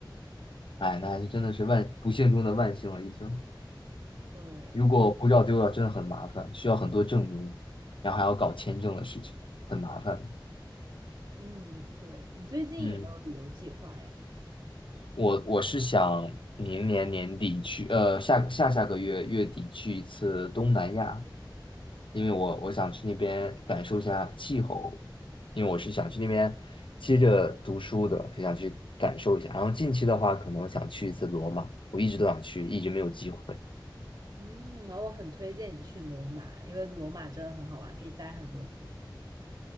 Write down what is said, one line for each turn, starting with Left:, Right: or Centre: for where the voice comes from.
Left: 哎，那还是真的是万不幸中的万幸了，已经。
Right: <laughs> 对，
Left: 如果护照丢了，真的很麻烦，需要很多证明，然后还要搞签证的事情，很麻烦。
Right: 嗯，对，你最近有没有旅游计划呀？
Left: 嗯，我我是想明年年底去，呃，下下下个月月底去一次东南亚，因为我我想去那边感受一下气候，因为我是想去那边接着读书的，就想去感受一下。然后近期的话，可能想去一次罗马，我一直都想去，一直没有机会。
Right: 嗯，然后我很推荐你去罗马，因为罗马真的很好玩，可以待很多天。